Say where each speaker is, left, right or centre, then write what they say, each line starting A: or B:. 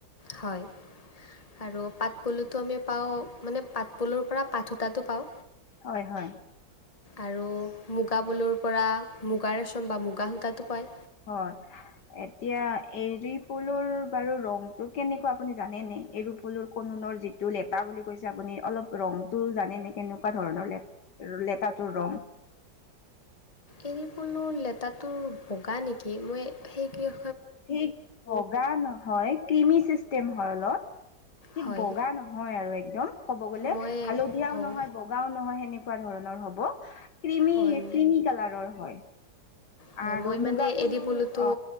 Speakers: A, on the left (about 20°); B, on the left (about 65°).
A: হয় আৰু পাত পুলুটো আমি পাওঁ মানে পাট পুলুৰ পৰা পাত সূতাটো পাওঁ
B: হয় হয়
A: আৰু মুগা বলুৰ পৰা মুগা ৰেচম বা মুগা সূতাো পায়
B: হয় এতিয়া এৰি ফুলৰ বাৰু ৰংতটো কেনেকুৱা আপুনি জানে নে এইৰু ফুলৰ কনুনৰ যিটো লেটা বুলি কৈছে আপুনি অলপ ৰংতটো জানে নে কেনেকুৱা ধৰণৰ লেেতটোৰ ৰং
A: এৰি বলো লেেতটোোৰ বগা নেকি মই সেই কি
B: ঠিক বগা নহয় ক্ৰিমি চিষ্টেম হয় অলত ঠিক
A: হয়
B: বগা নহয় আৰু একদম ক'ব গ'লে
A: মই
B: হালধীয়াও
A: অঁ
B: নহয় বগাও নহয় সেনেকুৱা ধৰণৰ ক
A: হয়
B: কালাৰ হয়
A: হয়
B: আৰু
A: মই মানে
B: মুগা পলুৰ
A: এৰি বলোতো
B: অ